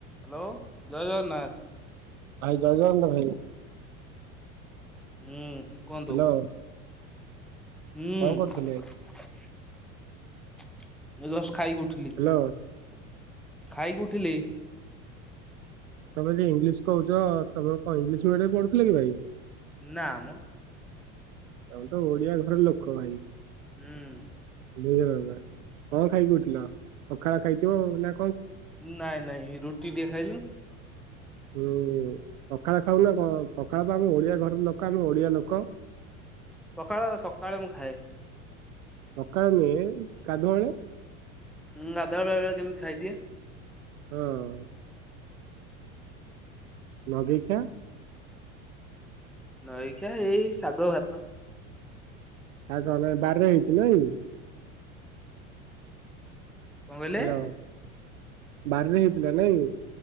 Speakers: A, in the centre; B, on the right (about 75°).
A: Hello ଜୟ ଜଗନ୍ନାଥ।
B: ଭାଇ ଜୟଗଣ୍ଡ ରେ।
A: ହୁଁ। କୁହନ୍ତୁ
B: ହ୍ୟାଲୋ।
A: ହୁଁ।
B: କଣ କରୁଥିଲେ?
A: ଖାଇକି ଉଠିଲି
B: ହ୍ୟାଲୋ
A: ଖାଇକି
B: <unintelligible>
A: ଉଠିଲି
B: ତମେ ଯି ଇଂଲିଶ କହୁଛ ତମେ କଣ ଇଂଲିଶ ମିଡିମରେ ପଢୁଥିଲ କି ଭାଇ?
A: ନାଆମ।
B: ଆମେ ତ ଓଡିଆ ଘରର ଲୋକ ଭାଇ।
A: ହୁଁ।
B: ବୁଇଥର ହେଲା କଣ ଖାଇକି ଉଠିଲ ପଖାଳ ଖାଇଥିବ ଆଉ।
A: ନାଇଁ ନାଇଁ ରୁଟି ଟିକେ ଖାଇଲି।
B: ହୁଁ ପଖାଳ ଖାଉନା କ ପଖାଳ ଆମ ଓଡିଆ ଘର ଲୋକ ଆମେ ଓଡିଆ ଲୋକ।
A: ପକାଳ ସକାଳେ ମୁଁ ଖାଏ।
B: ସକାଳେ ନୁହେଁ ଗାଧୁଆଳେ
A: ହୁଁ ଗାଧୁଆବେଳରେ ବେଳେ ବେଳେ କେମିତି ଖାଇଦିଏ।
B: ହିଁ। ନଗେଇ ଖିଆ
A: ଲଗେଇଖିଆ ଏଇ ଶାଗ, ଭାତ।
B: ଶାଗ ନା ବାରରେ ହେଇଛି ନାଇଁ?
A: କଣ କହିଲେ?
B: ହ୍ୟାଲୋ ବାରିରେ ହେଇଥିଲା ନାଇଁ?